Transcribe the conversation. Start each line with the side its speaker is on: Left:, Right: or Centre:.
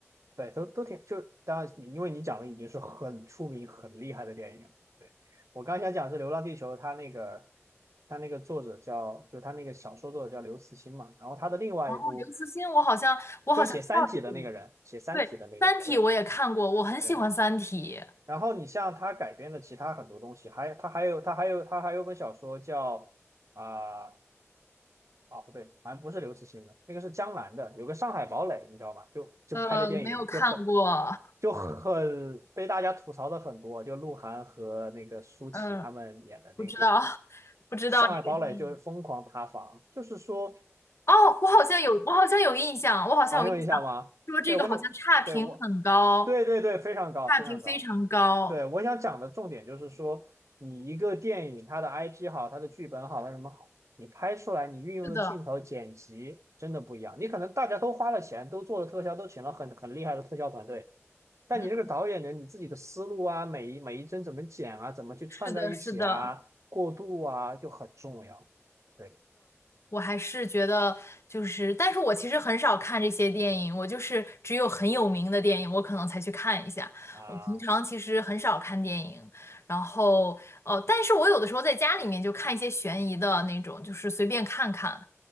Right: 对，都都挺，就当然你因为你讲的已经是很出名、很厉害的电影了对，我刚刚想讲是《流浪地球》，它那个它那个作者叫，就它那个小说作者叫刘慈欣嘛，然后他的另外一部
Left: 然后刘慈欣，我好像我好像知道这个人。
Right: 就写《三体》的那个人，写《三体》的那个，
Left: 对，《三体》我也看过，
Right: 对
Left: 我很喜欢《三体》。
Right: 对。然后你像他改编的其他很多东西，还他还有他还有他还有本小说叫啊、啊，不对，好像不是刘慈欣的，那个是江南的，有个《上海堡垒》，你知道吧？就就拍的电影就很
Left: 呃，没有看过，
Right: 就很被大家吐槽的很多，就鹿晗和那个舒淇他们演的那个电影。
Left: 嗯，不知道，<laughs> 不知道这个电影。
Right: 上海堡垒就是疯狂塌房，就是说
Left: 哦，我好像有，我好像有印象，我好像有印象，
Right: 啊，你有印象吗？
Left: 说这个好像差评很高，
Right: 对，我想，对我，对对对，非常高，
Left: 差评非常高。
Right: 非常高。对，我想讲的重点就是说，你一个电影，它的 IP 好，它的剧本好，它什么好，你拍出来，你运用的镜头、
Left: 是的，
Right: 剪辑真的不一样。你可能大家都花了钱，都做了特效，都请了很很厉害的特效团队，但你这个导演呢，
Left: 嗯，
Right: 你自己的思路啊，每一每一帧怎么剪啊，怎么去串在一起啊，
Left: 是的，是的。
Right: 过渡啊，就很重要。对
Left: 我还是觉得就是，但是我其实很少看这些电影，我就是只有很有名的电影，我可能才去看一下。
Right: 啊
Left: 我平常其实很少看电影，然后呃，但是我有的时候在家里面就看一些悬疑的那种，就是随便看看，